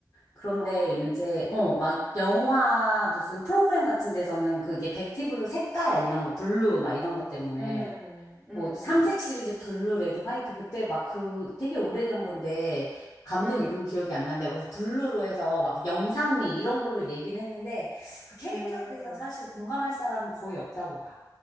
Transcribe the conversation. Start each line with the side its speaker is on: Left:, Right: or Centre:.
Left: 그런데
Centre: 아, 그래?
Left: 이제, 어, 막 영화 무슨 프로그램 같은 데서는 그게 베티블루 색깔 이런 거, 블루 막 이런 것 때문에
Centre: 음, 음,
Left: 뭐 삼색 시리즈 블루, 레드, 화이트 그때 막 그 되게 오래된 건데 감독
Centre: 음,
Left: 이름 기억이 안 나는데 막 그래서 블루로 해서 막 영상미 이런 걸로 얘기는 했는데 그 캐릭터에
Centre: 음,
Left: 대해서 사실 공감할 사람은 거의 없다고 봐.